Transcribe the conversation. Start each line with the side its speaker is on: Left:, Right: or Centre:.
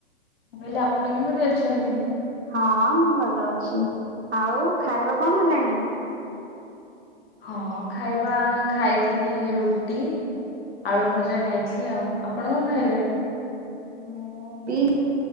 Left: ମୁଁ କହିଲି ଆପଣ କେମିତି ଅଛନ୍ତି?
Right: ହଁ ମୁଁ ଭଲ ଅଛି। ଆଉ ଖାଇବା କଣ ହେଲାଣି?
Left: ହଁ ଖାଇବା ଖାଇଥିଲି ରୁଟି ଆଳୁ ଭଜା ଖାଇଥିଲି ଆଉ। ଆପଣ କଣ ଖାଇଲେ?
Right: ମୁଁ ବି